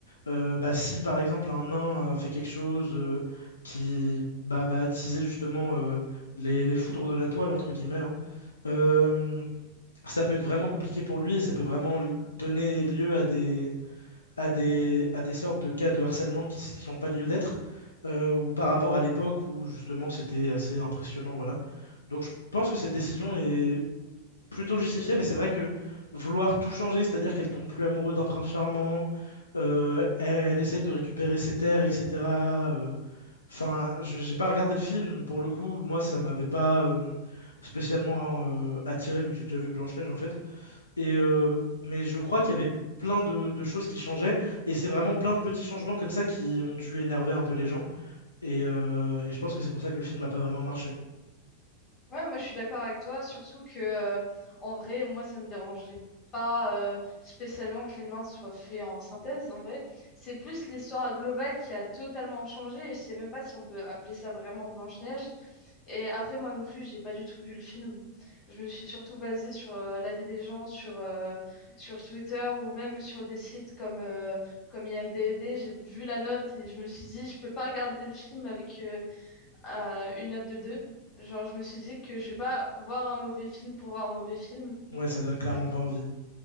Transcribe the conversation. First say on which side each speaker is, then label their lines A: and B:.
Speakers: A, on the left; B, on the left.
A: euh, bah, si par exemple un nain euh, fait quelque chose euh, qui bah, va attiser justement euh, les, les foudres de la toile, entre guillemets, hein, euh, ça peut être vraiment compliqué pour lui et ça peut vraiment l- donner lieu à des, à des, à des sortes de cas de harcèlement qui s- qui n'ont pas lieu d'être, euh, ou par rapport à l'époque où justement c'était assez impressionnant, voilà. Donc je pense que cette décision est plutôt justifié, mais c'est vrai que vouloir tout changer, c'est-à-dire qu'elle tombe plus amoureuse d'un prince charmant, euh, elle essaye de récupérer ses terres, etc. euh, Enfin, je j'ai pas regardé le film, pour le coup, moi ça m'avait pas euh, spécialement hein, euh, attiré vu que j'ai déjà vu Blanche-Neige en fait. Et, euh, mais je crois qu'il y avait plein de, de choses qui changeaient, et c'est vraiment plein de petits changements comme ça qui ont dû énerver un peu les gens. Et, euh, et je pense que c'est pour ça que le film n'a pas vraiment marché.
B: Ouais, moi je suis d'accord avec toi, surtout que euh, en vrai, moi ça me dérangerait pas euh, spécialement que les nains soient faits en synthèse. En vrai, c'est plus l'histoire globale qui a totalement changé et je sais même pas si on peut appeler ça vraiment Blanche-Neige. Et après, moi non plus, j'ai pas du tout vu le film. Je me suis surtout basée sur euh, l'avis des gens sur, euh, sur Twitter ou même sur des sites comme, euh, comme IMDb. J'ai vu la note et je me suis dit, je peux pas regarder le film avec, euh, euh, une note de deux Genre, je me suis dit que je vais pas voir un mauvais film pour voir un mauvais film.
A: Ouais, ça donne clairement
B: Je-
A: pas envie.